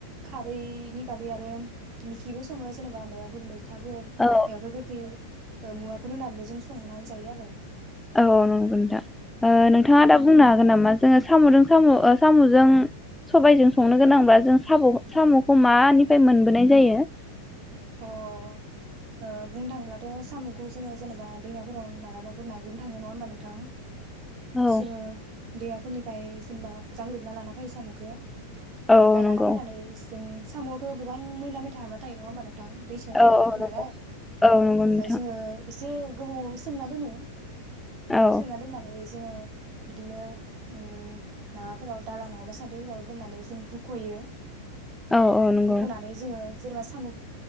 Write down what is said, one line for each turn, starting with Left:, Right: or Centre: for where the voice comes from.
Right: खारैनि बागै आरो मिखिबो सङो जेनेबा माइबा फोर मै खोथाफोर माइबाफोर
Centre: औ
Right: गोखै ओ मुवाफोर होनानैबो जों संनानै जायो आरो
Centre: औ नंगौ नोंथां ओ नोंथाङा दा बुंनो हागोन नामा जोङो साम'जों साम' साम'जों सबायजों संनो गोनांब्ला जों साम' साम'खौ मानिफ्राय मोनबोनाय जायो
Right: अ ओ बुंनो थाङब्लाथ' साम'खौ जोङो जेनेबा दैमाफोराव मोनाबाबो ना गुरनो थाङो नङा होमबा नोंथां
Centre: औ
Right: जोङो दैमाफोरनिफ्राय जेनेबा <unintelligible> लाना फायो साम'खौ
Centre: औ
Right: ओमफाय
Centre: नंगौ
Right: लाना फैनानै जों साम'आवथ' गोबां मैला मैथा हाबना थायो नङा होनबा नों थां दैसायाव थानाय
Centre: औ
Right: बुस्थु
Centre: नंगौ
Right: नालाय
Centre: औ नंगौ
Right: ओमफाय
Centre: नोंथां
Right: जोङो एसे गोबाव सोमना दोनो
Centre: औ
Right: सोंना दोननानै जोङो बिदिनो ओम माबाफोराव दाला नङाबा सान्द्रिफोराव दोननानै जों हुख'यो
Centre: औ औ नंगौ
Right: हुख'नानै जोङो जेनबा सामु